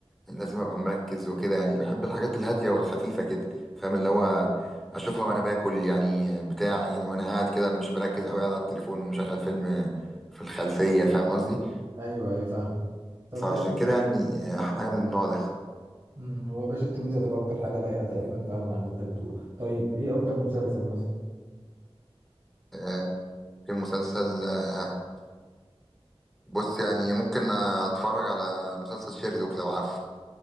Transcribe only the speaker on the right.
ايوه ايوه فاهم طب
حلو
امم هو باشا التلميذ هتبقى اكتر حاجه لايقه تقريبا فعلا على اللي انت بتقوله طيب ايه اكتر مسلسل مثلا